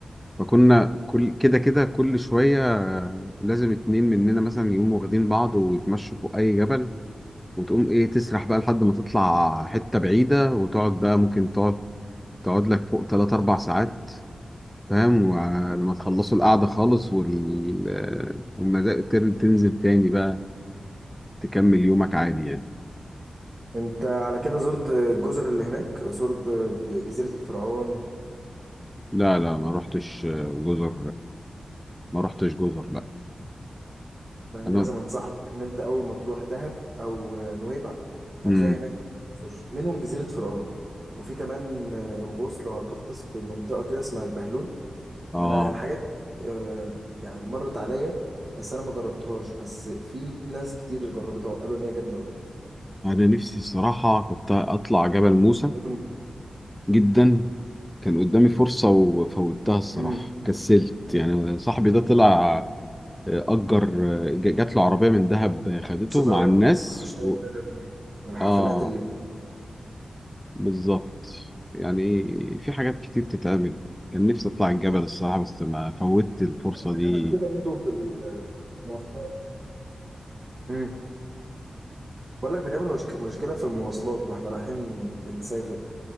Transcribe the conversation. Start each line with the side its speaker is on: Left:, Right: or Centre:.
Centre: فكنا كل كده كده كل شوية آه لازم اتنين مننا مثلا يقوموا واخدين بعض ويتمشوا فوق أي جبل وتقوم إيه تسرح بقى لحد ما تطلع حتة بعيدة وتقعد بقى ممكن تقعد تقعد لك فوق تلات أربع ساعات فاهم
Right: مم.
Centre: ولما تخلصوا القعدة خالص وال... والمزاج تر- تنزل تاني بقى تكمل يومك عادي يعني
Right: انت على كده زرت الجزر اللي هناك زرت ج- جزيره الفرعون
Centre: لا لا ما رحتش جزر ما رحتش جزر لا
Right: ده أنا
Centre: انا
Right: لازم انصحك ان انت اول ما تروح دهب او نويبع
Centre: امم
Right: هتلاقي هناك جزر منهم جزيره فرعون وفي كمان الغوص لو هتغطس في منطقه كده اسمها البهلول
Centre: اه
Right: انا الحاجات دي آه، يعني مرت عليا بس انا ما جربتهاش بس في ناس كتير جربتها وقالوا ان هي جامده قوي
Centre: انا نفسي الصراحة كنت اطلع جبل موسى
Right: لازم
Centre: جدا كان قدامي فرصة وفوتها الصراحة
Right: امم
Centre: كسلت يعني صاحبي ده طلع آه، أجر آه، ج- جات له عربية من دهب آه، خدته
Right: سباق
Centre: مع الناس
Right: والشاي
Centre: و...
Right: البدوي والحفلات
Centre: آه
Right: اللي
Centre: بالظبط يعني في حاجات كتير تتعمل كان نفسي
Right: مم.
Centre: اطلع الجبل الصراحه بس ما فوتت الفرصه
Right: في
Centre: دي
Right: مشكله برضو في المواصلات امم بقول لك بنقابل مشك- مشكله في المواصلات واحنا رايحين بنسافر